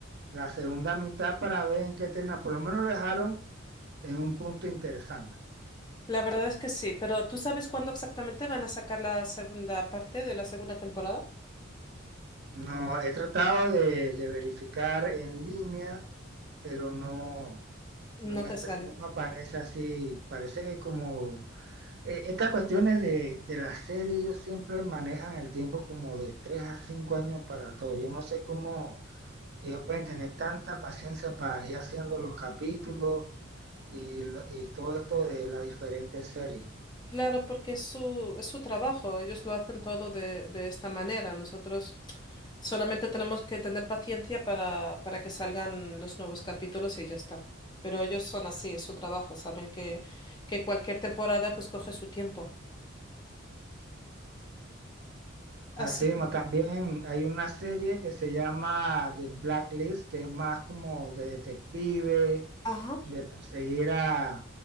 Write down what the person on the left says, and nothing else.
La verdad es que sí, pero ¿tú sabes cuándo exactamente van a sacar la segunda parte de la segunda temporada?
No
te
sale.
Claro, porque es su, es su trabajo, ellos lo hacen todo de, de esta manera. Nosotros solamente tenemos que tener paciencia para, para que salgan los nuevos capítulos y ya está. Pero ellos son así, es su trabajo, saben que, que cualquier temporada pues coge su tiempo. Así.
Ajá.